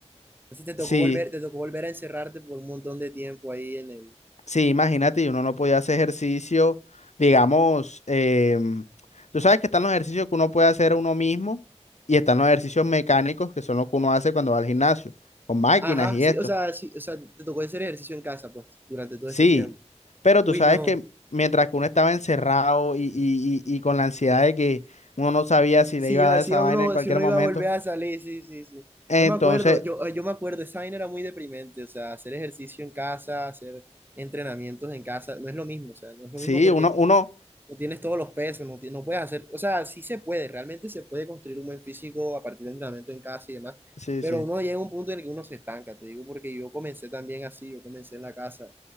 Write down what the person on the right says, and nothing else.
Entonces te tocó
volver, te tocó volver a encerrarte por un montón de tiempo ahí en el...
Ajá,
sí,
o sea, sí, o sea, te tocó hacer ejercicio en casa, pues, durante todo
ese tiempo.
Uy,
no.
Sí,
iba,
sí,
iba
uno,
si uno
iba a volver a salir, sí, sí, sí.
Yo me acuerdo, yo, eh, yo me acuerdo, esa vaina era muy deprimente, o sea, hacer ejercicio en casa, hacer entrenamientos en casa, no es lo mismo, o sea, no es lo
mismo porque
no tienes todos los pesos, no, ti- no puedes hacer, o sea, sí se puede, realmente se puede construir un buen físico a partir de entrenamiento en casa y demás,
pero
uno llega a un punto en el que uno se estanca, te digo, porque yo comencé también así, yo comencé en la casa,